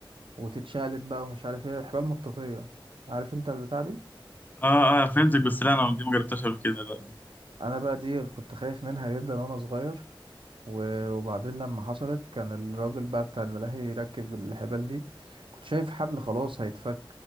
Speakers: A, on the right (about 70°); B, on the left (about 20°).
A: وتتشقلب بقى ومش عارف ايه الحبال المطاطية عارف انت البتاع دي
B: اه اه فهمتك بس لا انا دي ما جربتهاش قبل كده لا دي
A: انا بقى دي كنت خايف منها جدا وانا صغير و- وبعدين لما حصلت كان الراجل بقى بتاع الملاهي يركب الحبال دي كنت شايف حبل خلاص هيتفك